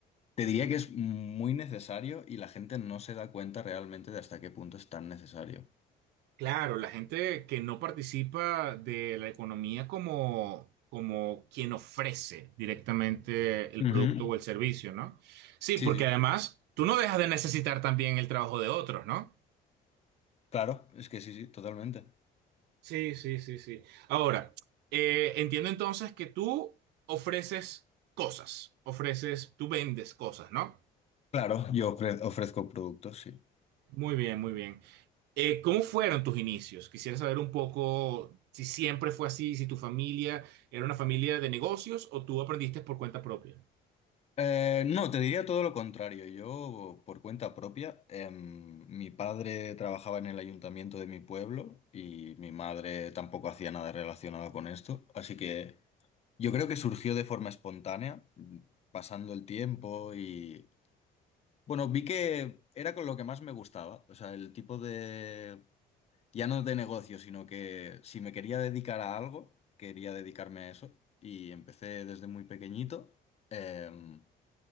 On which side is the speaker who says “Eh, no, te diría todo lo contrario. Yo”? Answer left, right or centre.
Left